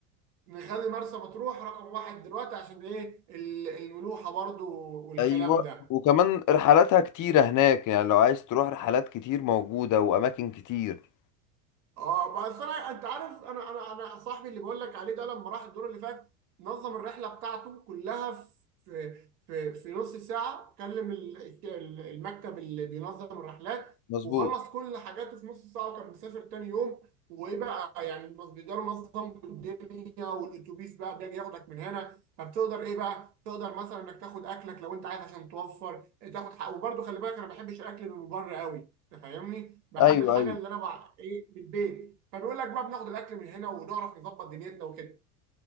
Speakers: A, on the right; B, on the left.
A: نخلي مرسى مطروح رقم واحد دلوقتي عشان ايه ال- الملوحة برضو والكلام
B: ايوه
A: ده
B: وكمان رحلاتها كتيرة هناك يعني لو عايز تروح رحلات كتير موجودة واماكن كتير
A: اه بس انا انت عارف انا انا انا صاحبي اللي بقول لك عليه ده لما راح الدور اللي فات نظم الرحله بتاعته كلها في في في نص ساعه كلم ال- ال- المكتب اللي بينظم الرحلات
B: مظبوط
A: وخلص كل حاجاته في نص ساعه وكان مسافر تاني يوم وايه بقى يعني بس بيقدروا ينظموا الدنيا والاتوبيس بقى بيجي ياخدك من هنا فبتقدر ايه بقى تقدر مثلا انك تاخد اكلك لو انت عايز عشان توفر تاخد حق وبرده خلي بالك انا ما بحبش الاكل من بره قوي تفهمني بحب
B: ايوه
A: الحاجه
B: ايوه
A: اللي انا بع... ايه من البيت فنقول لك بقى بناخد الاكل من هنا ونعرف نظبط دنيتنا وكده